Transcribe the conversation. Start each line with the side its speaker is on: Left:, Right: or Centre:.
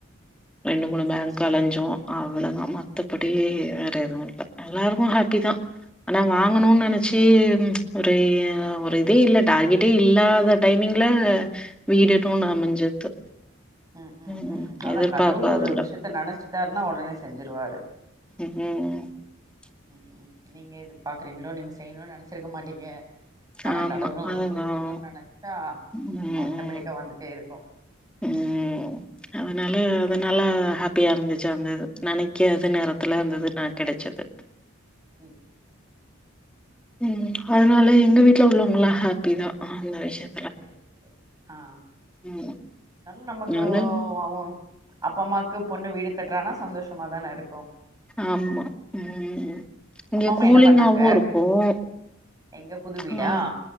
Centre: ரெண்டு மூணு பேங்க்
Right: சேரி
Centre: அலஞ்சோம்
Right: சேரி
Centre: அவ்ளோதான் மத்தபடி
Right: ம்
Centre: <unintelligible> எல்லாருக்கும் ஹாப்பி தான் ஆனா வாங்கணும்ன்னனு
Right: ஓகே
Centre: நினச்சி ஒரு ஒரு இதே இல்ல டார்கெட்டே இல்லாத டைமிங்ல வீடுன்னு ஒன்னு
Right: உம்
Centre: அமைஞ்சுது
Right: உம் உம்
Centre: ம்
Right: உம் அதான்
Centre: எதிர்பாக்காததுல
Right: கடவுள் ஒரு விஷயத்த நினைச்சுட்டாருன்னா உடனே செஞ்சிருவாரு
Centre: ம்
Right: உம் நீங்க எதிர்பார்க்குறீங்களோ நீங்க செய்யணும்னு நினைச்சிருக்க மாட்டீங்க ஆனா
Centre: ஆமா
Right: கடவுள் உங்களுக்கு
Centre: ஆ உம்
Right: குடுக்கணுன் நெனச்சா
Centre: உம்
Right: ஆட்டோமேட்டிக்கா வந்துட்டே இருக்கு
Centre: உம் அதனால அதனால அப்படியா இருந்துச்சு அந்த நெனைக்காத நேரத்துல அந்தது நான் கெடச்சது
Right: ம்
Centre: உம் அதனால எங்க வீட்டுல உள்ளவங்களாம் ஹாப்பிதான் அந்த விஷயம்
Right: சரி சரி ஆஹ்
Centre: ம்
Right: அதல்ல நமக்கு
Centre: இருந்தாலு
Right: அவன் அப்பா அம்மாக்கு பொண்ணு வீடு கட்டறானா சந்தோஷமாதானே இருக்கும்
Centre: ஆமா உம் இங்க
Right: அப்பா அம்மா
Centre: கூலிங்காவும்
Right: என்ன பண்ணாங்க
Centre: இருக்கும்
Right: எங்க புது வீடா
Centre: ஆஹ்